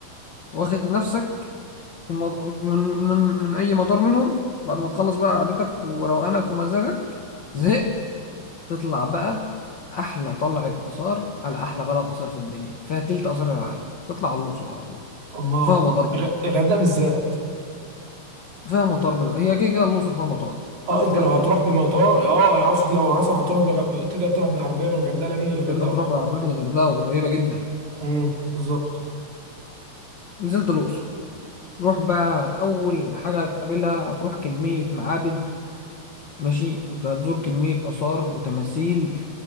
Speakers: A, on the left; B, on the right.
A: واخد نفسك في المط... من من من أي مطار منهم بعد ما تخلص بقى قعدتك وروقانك ومزاجك زهقت تطلع بقى أحلى طلعة آثار على أحلى بلد آثار في الدنيا فيها تلت آثار العالم تطلع على الأقصر على طول
B: الله
A: فيها مطار بقى
B: الغ- الغردقة بالذات
A: فيها مطار بس هي كده كده الأقصر فيها مطار
B: اه
A: فأنت
B: انت
A: طلعت
B: لو هتروح
A: من هنا
B: بمطار اه اقصد لو مثلا هتروح بغ... تقدر تروح بعربيه من الغردقه لان الغردقه
A: تقدر
B: قريبة.
A: تروح بالعربية من الغردقة وقريبة جدا
B: امم بالظبط
A: نزلت الأقصر روح بقى أول حاجة هتقابلها هتروح كمية معابد ماشي وهتزور كمية آثار وتماثيل